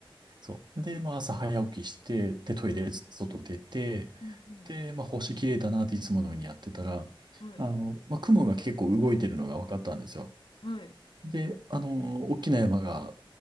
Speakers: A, on the right; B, on the left.
A: そう。で、まあ、朝早起きして、で、トイレ、
B: はい。
A: 外出て、
B: うん、
A: で、まあ、星綺麗だなっていつものようにやってたら、
B: うん。はい。
A: あの、まあ、雲が結構動いてるのが分かったんですよ。
B: はい。
A: で、あの、大きな山が